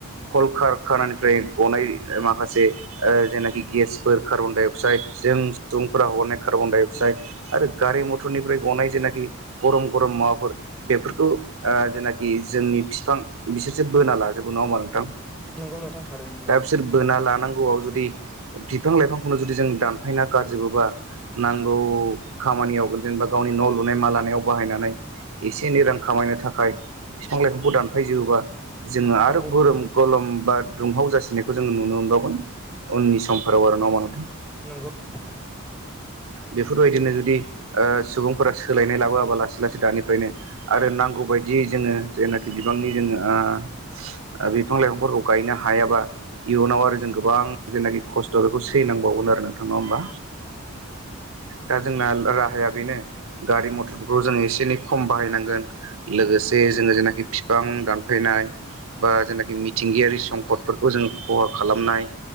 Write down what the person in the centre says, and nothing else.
नंगौ नोंथां थारैनो नोंथां
नंगौ
नोंथां
नंगौ <unintelligible> आरो
<inaudible>